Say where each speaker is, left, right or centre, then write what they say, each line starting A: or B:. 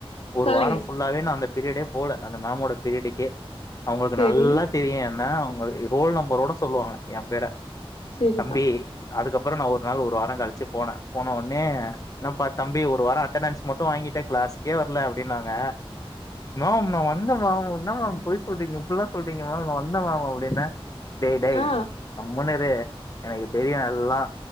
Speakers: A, on the left (about 35°); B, on the left (about 80°).
A: ஒரு
B: சொல்லுங்க
A: வாரோ ஃபுல் னல்லாவே நா அந்த பீரியடே போல அந்த மேம் ஓட பீரியடுக்கே அவுங்களுக்கு
B: சேரி
A: நல்லா தெரியு என்ன அவுங் களுக்கு ரோல் நம்பரோட சொல்லுவாங்க எ பேர
B: செரிதான்
A: தம்பி அதுக்கப்பறோ நா ஒரு நாள் ஒரு வாரோ கழ்ச்சு போனே போன ஒட்னே என்ன பா தம்பி ஒரு வாரோ அட்டனன்ஸ் மட்டு வாங்கிட்ட க்ளாஸ்கே வர்ல அப்டின்னாங்க மேம் நா வந்தே மேம் என்ன மேம் பொய் சொல்றீங்க இப்புல்லா சொல்றீங்க மேம் நா வந்தே மேம் அப்டி என்ன டேய் டேய்
B: ஆ
A: கம்முனு இரு எனக்கு தெரியு எல்லா